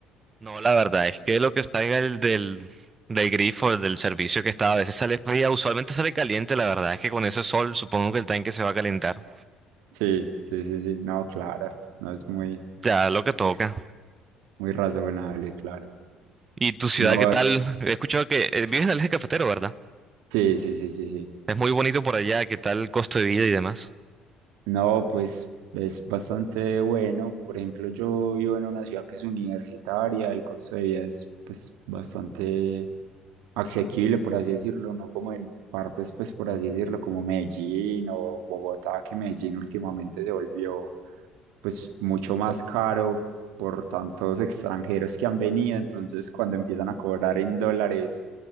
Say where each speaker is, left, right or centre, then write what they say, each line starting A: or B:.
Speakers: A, on the right (about 30°); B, on the right (about 70°).
A: No, la verdad es que lo que salga del, del, del grifo, del servicio que está, a veces sale fría, usualmente sale caliente, la verdad es que con ese sol supongo que el tanque se va a calentar.
B: Sí, sí, sí, sí, no, claro, no es muy,
A: Ya lo que toca.
B: muy muy razonable, claro.
A: ¿Y tu ciudad
B: No,
A: qué tal? He escuchado que eh, vives en el eje cafetero, ¿verdad?
B: sí, sí, sí, sí, sí.
A: Es muy bonito por allá, ¿qué tal el costo de vida y demás?
B: No, pues es bastante bueno. Por ejemplo, yo vivo en una ciudad que es universitaria, el costo de vida es pues bastante asequible, por así decirlo, no como en partes, pues por así decirlo, como Medellín o Bogotá, que Medellín últimamente se volvió pues mucho más caro por tantos extranjeros que han venido, entonces cuando empiezan a cobrar en dólares